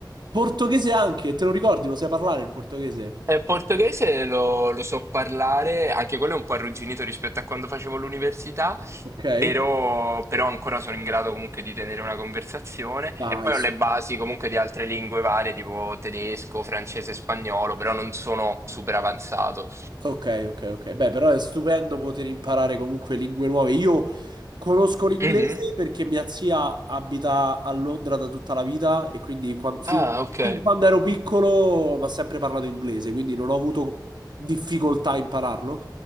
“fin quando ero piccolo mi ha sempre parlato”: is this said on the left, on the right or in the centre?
Right